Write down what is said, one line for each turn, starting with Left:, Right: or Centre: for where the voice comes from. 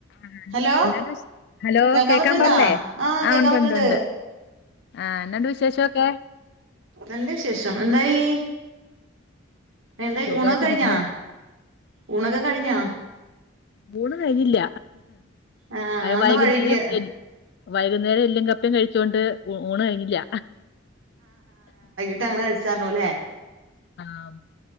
Left: ആഹ്
Right: hello
Left: എന്താണ് വിശേ hello
Right: കേൾക്കാൻ
Left: കേക്കാൻ
Right: പറ്റണ്ടാ
Left: പാടില്ലേ ആഹ്
Right: കേക്കാൻ
Left: ഒണ്ടൊണ്ടൊണ്ട്
Right: പറ്റണ്ട്
Left: ആഹ് എന്നാണ്ട് വിശേഷവൊക്കെ
Right: നല്ല വിശേഷം എന്തായീ എന്തായി
Left: സുഖായിട്ടിരിക്കണു
Right: ഊണക്കെ കഴിഞ്ഞാ ഊണക്കെ കഴിഞ്ഞാ
Left: മൂണ് കഴിഞ്ഞില്ല
Right: ആഹ്
Left: അത്
Right: എന്താ
Left: വൈകുന്നേരം
Right: വൈകിയ
Left: എ വൈകുന്നേരം എല്ലും കപ്പയും കഴിച്ചോണ്ട് ഉ ഊണ് കഴിഞ്ഞില്ല
Right: ഇട്ടങ്ങന കഴിച്ചാലോല്ലേ
Left: ആഹ്